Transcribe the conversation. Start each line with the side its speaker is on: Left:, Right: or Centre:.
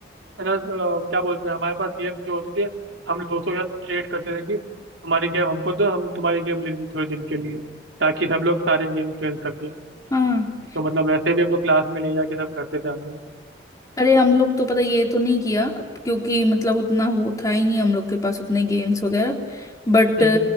Right: है ना अ, क्या बोलते हैं हमारे पास गेम जो होते थे हम दोस्तों के साथ ट्रेड करते थे कि हमारी गेम हमको दो हम तुम्हारी गेम ले लेते थोड़े दिन के लिए ताकि सब लोग सारे गेम खेल सके
Left: हाँ
Right: तो मतलब वैसे भी हम लोग क्लास में ले जाके सब करते थे हम लोग
Left: अरे हम लोग तो पता ये तो नहीं किया क्योंकि मतलब उतना वो था ही नहीं हम लोग के पास उतने गेम्स वगैरह बट
Right: हम्म,